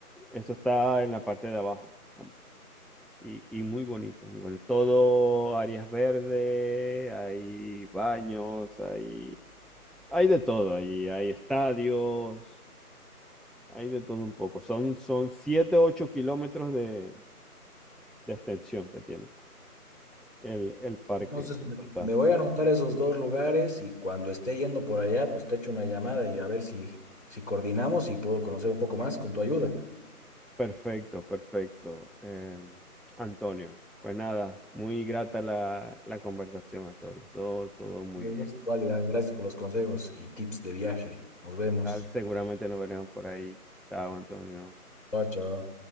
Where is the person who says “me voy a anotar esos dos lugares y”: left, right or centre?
Left